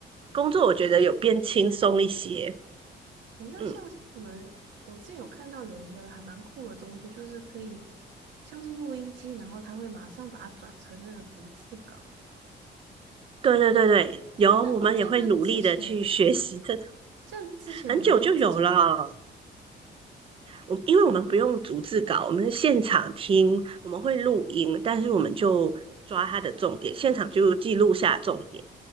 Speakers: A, on the right (about 30°); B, on the right (about 80°).
A: 工作我觉得有变轻松一些。
B: 诶，那像是你们，
A: 嗯，
B: 我之前有看到有一个还蛮酷的东西，就是可以像是录音机，然后它会马上把它转成那个逐字稿。
A: 对对对对，有，
B: 诶，那在那之前，
A: 我们也会努力的去学习这
B: 像之前你们都自己打。
A: 很久就有了。我因为我们不用逐字稿，我们是现场听，我们会录音，但是我们就抓它的重点，现场就记录下重点，